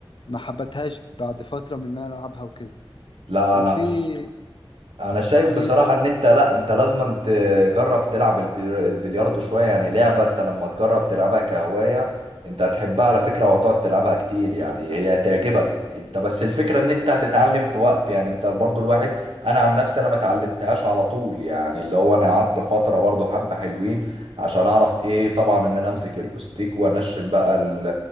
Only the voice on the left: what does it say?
ما حبتهاش بعد فترة من إن أنا ألعبها وكده
وفي
في
بن-